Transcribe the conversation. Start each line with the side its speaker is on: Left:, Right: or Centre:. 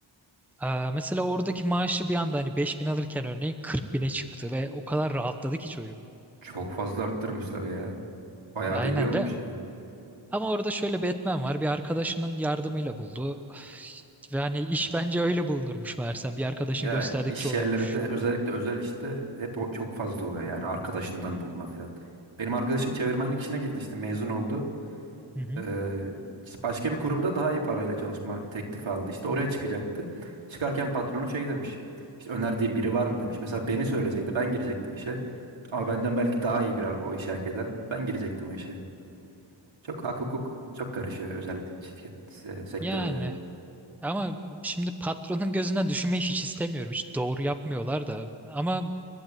Centre: E, mesela oradaki maaşı bir anda hani 5000 alırken örneğin kırk bine çıktı ve o kadar rahatladı ki çocuk.
Right: Çok fazla arttırmışlar ya. Bayağı
Centre: Aynen
Right: da iyi olmuş
Centre: ve
Right: yani.
Centre: Ama orada şöyle Batman var. Bir arkadaşının yardımıyla buldu. <sighs> Ve hani iş bence öyle bulunurmuş meğersem. Bir arkadaşın
Right: Ya
Centre: gösterdikçe
Right: iş
Centre: oluyormuş.
Right: yerlerinde özellikle özel işte hep o çok fazla oluyor yani arkadaşından bulma filan. Benim arkadaşım çevirmenlik işine girdi işte mezun oldu.
Centre: Hı hı.
Right: Ee, başka bir kurumda daha iyi parayla çalışma teklifi aldı işte oraya çıkacaktı. Çıkarken patronu şey demiş. İşte önerdiğin biri var mı demiş. Mesela beni söyleseydi ben girecektim işe. Ama benden belki daha iyi bir ar- o işe hak eden ben girecektim o işe. Çok hak hukuk çok karışıyor özel şirket se- sektörde.
Centre: Yani ama şimdi patronun gözünden düşünmeyi hiç istemiyorum. Hiç doğru yapmıyorlar da. Ama